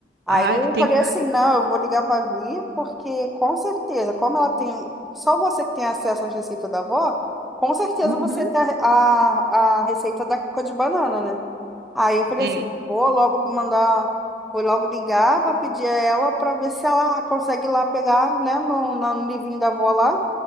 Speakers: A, in the centre; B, on the right.
A: Aí
B: ah,
A: eu
B: tem
A: falei
B: cada.
A: assim, não, eu vou ligar para a Vi, porque com certeza, como ela tem, só você que tem acesso às receitas da avó, com certeza
B: Uhum,
A: você tem a, a, a receita da cuca de banana, né? Aí eu falei
B: é,
A: assim, vou logo mandar, vou logo ligar para pedir a ela para ver se ela consegue ir lá pegar, né, no, na- no livrinho da avó lá,